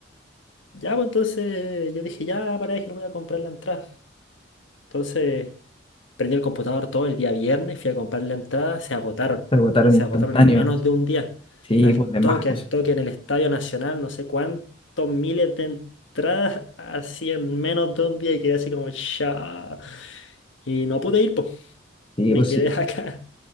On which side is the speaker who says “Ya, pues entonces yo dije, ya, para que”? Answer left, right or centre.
Left